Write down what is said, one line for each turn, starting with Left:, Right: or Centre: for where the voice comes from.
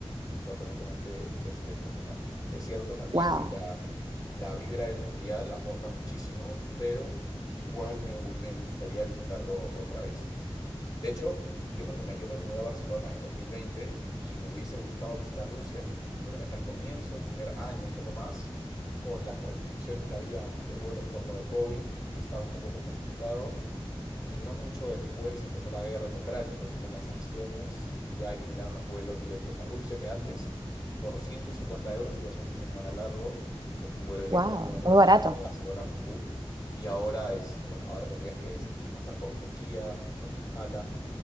Left: sorprendentemente espectacular. Es cierto también
Right: Wow.
Left: que la, la vibra del mundial aporta muchísimo, pero igual me, gu- me gustaría visitarlo otra vez. De hecho, yo me, mira, yo me mudé a Barcelona en 2020 y me hubiese gustado visitar Rusia. El problema es que al comienzo, el primer año, un poco más, con las restricciones que había de vuelos por lo de COVID, estaba un poco complicado. Y no mucho después empezó la guerra en Ucrania, entonces con las sanciones ya eliminaron los vuelos directos a Rusia, que antes por 150 euros te ibas un fin de semana largo en un vuelo directo
Right: Wow,
Left: de 4
Right: muy
Left: horas
Right: barato.
Left: y media de Barcelona a Moscú. Y ahora es, bueno, ahora tendrías que es- ir- pasar por Turquía, hacer una escala.